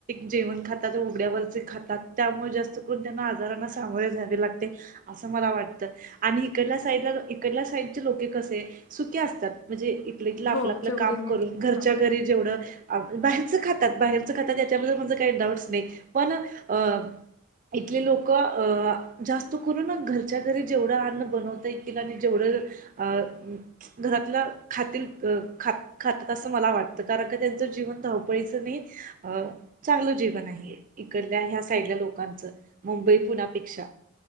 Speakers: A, on the right; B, on the left.
A: जेवण खातात उघड्यावरचे खातात त्यामुळे जास्त करून त्यांना आजारांना सामोरे जावे लागते. असं मला वाटतं आणि इकडल्या साईडला इकडल्या साईडचे लोके कसे सुके असतात म्हणजे इथलं इथलं आपलं
B: हो
A: आपलं
B: जेवढे
A: काम
B: मिळेल
A: करून घरच्या
B: हां
A: घरी जेवढं बाहेरचं खातात बाहेरचं खातात याच्याबद्दल माझं काही डाऊटस नाही पण अ इथले लोक अ जास्त करून घरच्या घरी जेवढं अन्न बनवता येतील आणि जेवढं अ घरातलं खातील खात खातात असं मला वाटतं कारण का त्यांचं जीवन धावपळीचं नाही अ चांगलं जीवन आहे इकडल्या ह्या साईडल्या लोकांचं मुंबई पुण्यापेक्षा.